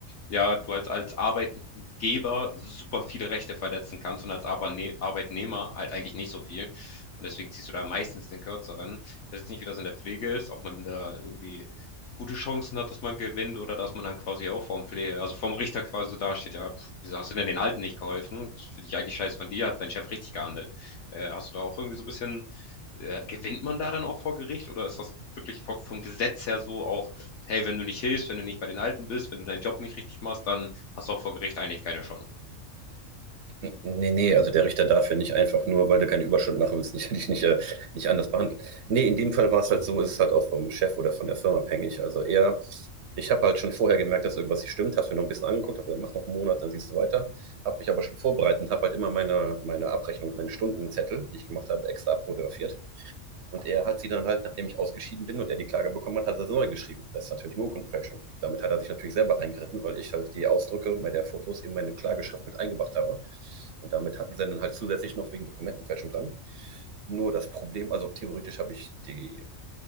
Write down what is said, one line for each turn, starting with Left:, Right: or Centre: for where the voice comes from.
Left: ja, du halt als Arbeitgeber super viele Rechte verletzen kannst und als Arbeitne Arbeitnehmer halt eigentlich nicht so viel. Und deswegen ziehst du da meistens den Kürzeren. Ich weiß jetzt nicht, wie das in der Pflege ist, ob man da irgendwie gute Chancen hat, dass man gewinnt oder dass man dann quasi auch vom Pflege, also vom Richter quasi so dasteht, ja, pf, wieso hast du denn den Alten nicht geholfen? Das finde ich eigentlich scheiße von dir, hat dein Chef richtig gehandelt. Äh, hast du da auch irgendwie so ein bisschen äh, gewinnt man da dann auch vor Gericht oder ist das wirklich vom, vom Gesetz her so auch, hey, wenn du nicht hilfst, wenn du nicht bei den Alten bist, wenn du deinen Job nicht richtig machst, dann hast du auch vor Gericht eigentlich keine Chance.
Right: N- Nee, nee, also der Richter darf ja nicht einfach nur, weil du keine Überstunden machen willst, nicht, <laughs> dich nicht, äh, nicht anders behandeln. Nee, in dem Fall war es halt so, ist es halt auch vom Chef oder von der Firma abhängig. Also eher, ich habe halt schon vorher gemerkt, dass irgendwas nicht stimmt, habe es mir noch ein bisschen angeguckt, habe gesagt, mach noch einen Monat, dann siehst du weiter. Habe mich aber schon vorbereitet und habe halt immer meine, meine Abrechnung, meine Stundenzettel, die ich gemacht habe, extra abfotografiert. Und er hat sie dann halt, nachdem ich ausgeschieden bin und er die Klage bekommen hat, hat er sie neu geschrieben. Das ist natürlich eine Urkundenfälschung. Damit hat er sich natürlich selber reingeritten, weil ich halt die Ausdrücke bei der Fotos in meine Klageschrift mit eingebracht habe. Und damit hatten sie dann halt zusätzlich noch wegen Dokumentenfälschung dran. Nur das Problem, also theoretisch habe ich die